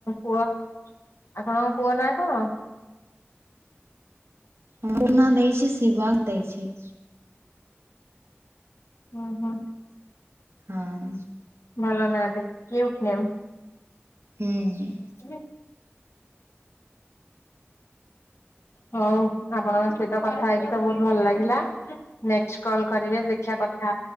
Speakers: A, on the left (about 80°); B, on the right (about 75°).
A: ପୁଅ ଆପଣଙ୍କ ପୁଅ ନାଁ କଣ?
B: ମୋ ପୁଅ ନାଁ ଦେଇଚି ଶିବାକଂ ଦେଇଛି।
A: ଓ ହଁ।
B: ହଁଅ।
A: ଭଲ ନା ଟେ କ୍ୟୁଟ୍ ନେମ।
B: ହୁଁ ହୁଁ।
A: ତୁମେ ହୋଉ ଆପଣଙ୍କ ସହିତ କଥା ହେଇକି ତ ବୋହୁତ ଭଲ ଲାଗିଲା। ନେକଷ୍ଟ କଲ୍ କରିବେ ଦେଖିଆ କ